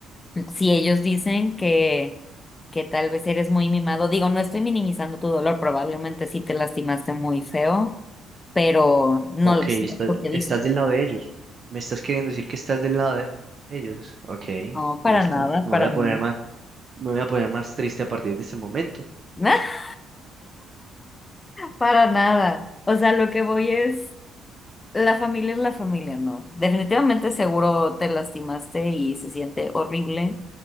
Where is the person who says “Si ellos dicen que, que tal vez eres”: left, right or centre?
Left